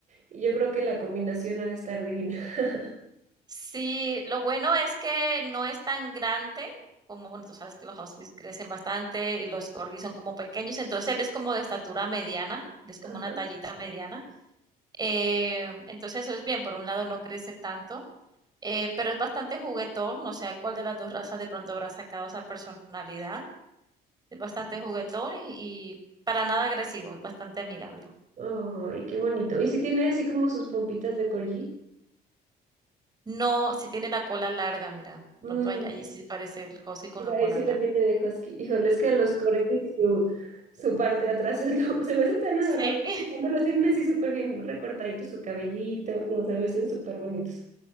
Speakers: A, on the right; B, on the right.
A: y yo creo que la combinación ha de estar divina. <laughs>
B: Sí, lo bueno es que no es tan grande como, bueno, tú sabes que los huskies crecen bastante y los corgis son como pequeños, entonces él es como de estatura mediana, él es como
A: Ajá.
B: una tallita mediana. Eh, entonces eso es bien, por un lado no crece tanto, eh, pero es bastante juguetón, no sé cuál de las dos razas de pronto habrá sacado esa personalidad. Es bastante juguetón y, y para nada agresivo, es bastante amigable.
A: Ay, qué bonito. ¿Y si tiene así como sus pompitas de corgi?
B: No, si tiene la cola larga, mira, de
A: Mm,
B: pronto all- allí sí parece el husky con
A: Iba
B: la cola
A: sí
B: larga.
A: lo tiene de Husky. Híjole, es que los corgis y su, su parte de atrás <laughs> es lo- se me hace tan adorable.
B: Sí, <laughs>
A: Cuando los tienen así súper bien recortaditos, su cabellito, no, se me hacen súper bonitos.